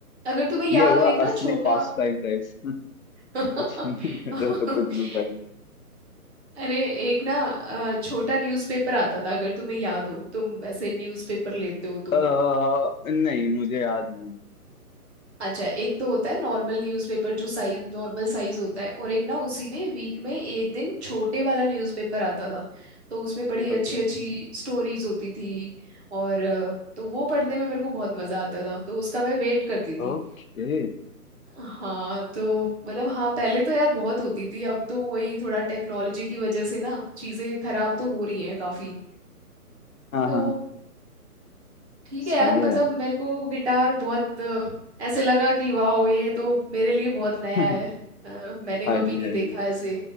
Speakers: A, on the right (about 45°); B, on the left (about 60°).
A: अगर तुम्हें याद
B: ये हुआ
A: हो एक ना
B: असली
A: छोटा
B: पास टाइम गाइस <laughs>
A: <laughs>
B: कुछ नहीं कर रहा तो कुछ भी उठा लो।
A: अरे एक ना अ, छोटा न्यूज़पेपर आता था अगर तुम्हें याद हो तुम वैसे न्यूज़पेपर लेते हो तो
B: अ, नहीं मुझे याद नहीं है
A: अच्छा एक तो होता है नॉर्मल न्यूज़पेपर जो साइज नॉर्मल साइज होता है और एक ना उसी में वीक में एक दिन छोटे वाला न्यूज़पेपर आता था तो उसमें बड़ी अच्छी
B: ओके
A: अच्छी स्टोरीज होती थी और अ, तो वो पढ़ने में मेरे को बहुत मजा आता था तो उसका मैं वेट करती थी
B: ओके
A: हाँ तो मतलब हाँ पहले तो यार बहुत होती थी अब तो वही थोड़ा टेक्नोलॉजी की वजह से ना चीजें खराब तो हो रही हैं काफी
B: हाँ
A: तो
B: हाँ
A: ठीक है
B: सही
A: यार मतलब
B: है
A: मेरे को गिटार बहुत अ, ऐसे लगा कि वाह ये तो मेरे लिए बहुत नया
B: <laughs> हाँ
A: है अ, मैंने
B: जी
A: कभी नहीं
B: हाँ
A: देखा
B: जी
A: ऐसे